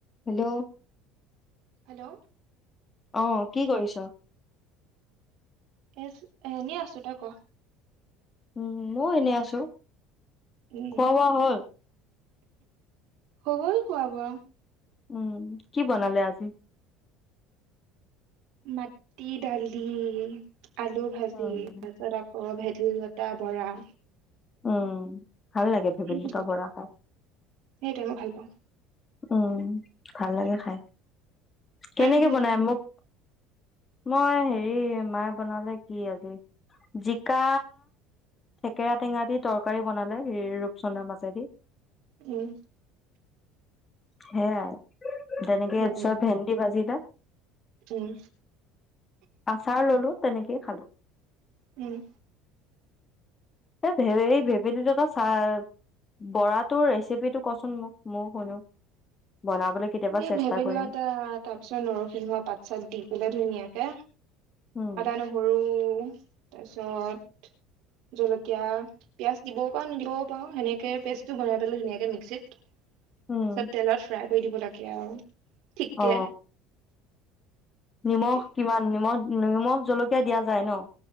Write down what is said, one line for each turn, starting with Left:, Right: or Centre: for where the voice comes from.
Left: Hello.
Right: Hello
Left: অ', কি কৰিছোঁ?
Right: এচ, এনে আছোঁ। তোই ক?
Left: উম, মই এনে আ চো,
Right: উম
Left: খোৱা-বোৱা হ'ল?
Right: হ'ল খোৱা-বোৱা।
Left: উম। কি বনালে আজি?
Right: মাটি দালি। আলু ভাজি।
Left: উম
Right: ‌ তাৰ পাছত অ অ', ভেবেলিলতা বৰা।
Left: উম। ভাল লাগে, ভেবেলিলতা
Right: সেইবিলাকে
Left: বৰা খাই।
Right: সেইটোৱে মই ভাল পাওঁ
Left: উম, ভাল লাগে খাই।
Right: তই
Left: কেনেকে
Right: কিহেদি খালি
Left: বনাই, মোক মই হেৰি, মায়ে বনালে কি আজি। জিকা, থেকেৰা টেঙা দি তৰকাৰী বনালে ৰি ৰূপচন্দা মাছেদি।
Right: উম।
Left: সেয়াই। <unintelligible>
Right: উম উম
Left: ভেন্দি ভাজি এটা।
Right: উম
Left: আচাৰ ললোঁ। তেনেকে খালোঁ।
Right: উম।
Left: এই ভেবেলি ভেবেলিলতা চাহ, বৰাটোৰ ৰেচিপিটো কচোন মোক ময়ো শুনো। বনাবলৈ কেতিয়াবা
Right: এই
Left: চেষ্টা
Right: ভেবেলিলতা,
Left: কৰিম
Right: তাৰ পিছত নৰসিংহ পাত-চাত দি পলাই ধুনীয়াকে।
Left: উম
Right: আদা-নহৰু তাৰপিছত জলকীয়া, পিয়াজ দিবও পাৰো, নিদিবও পাৰো। সেনেকে পেষ্টটো বনাই পেলে ধুনীয়াকে মিক্সিত
Left: উম
Right: পিছত তেলত ফ্ৰাই কৰি দিব লাগে। কি আৰু? ঠিককে
Left: অ
Right: সেনেকে
Left: নিমখ কিমান? নিমখ-নিমখ জলকীয়া দিয়া যায় ন?